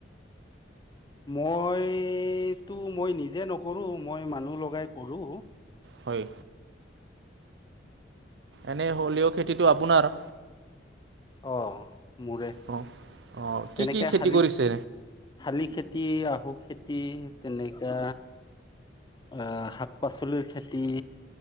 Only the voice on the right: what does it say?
হয়। এনেই হলেও' খেতিটো আপোনাৰ।
অঁ অঁ কি
কি খেতি
কৰিছে